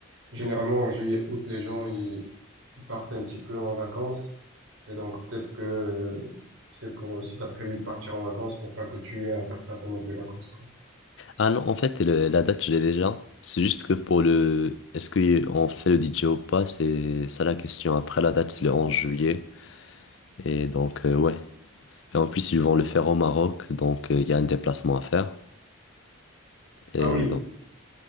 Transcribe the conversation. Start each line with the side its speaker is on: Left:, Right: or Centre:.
Right: généralement en juillet, août, les gens ils, ils partent un petit peu en vacances et donc peut-être que euh, tu sais pour si t'as prévu de partir en vacances pour pas que tu aies à faire ça pendant tes vacances quoi.
Left: Ah non, en fait, le- la date, je l'ai déjà. C'est juste que pour le... Est-ce qu'on fait le DJ ou pas? C'est ça la question. Après, la date, c'est le 11 juillet. Et donc, euh, ouais. Et en plus, ils vont le faire au Maroc, donc euh, il y a un déplacement à faire. Et
Right: Ah oui,
Left: donc,